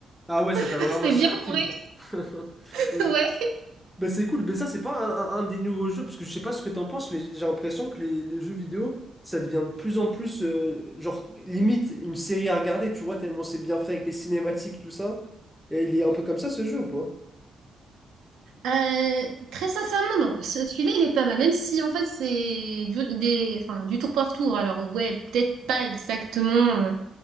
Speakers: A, in the centre; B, on the right (about 85°).
A: Ah ouais, ça
B: <laughs>
A: t'a vraiment
B: c'est
A: surpris.
B: bien en vrai.
A: <laughs>
B: <laughs>
A: Ok.
B: Ouais.
A: Bah c'est cool, mais ça c'est pas un, un- un des nouveaux jeux, parce que je sais pas ce que t'en penses, mais j'ai l'impression que les, les jeux vidéo, ça devient de plus en plus, euh, genre, limite une série à regarder, tu vois, tellement c'est bien fait avec les cinématiques, tout ça. Et il est un peu comme ça ce jeu ou pas?
B: Euh, très sincèrement, non, Ce- celui-là il est pas mal, même si en fait c'est du, des, enfin, du tour par tour. Alors ouais, peut-être pas exactement.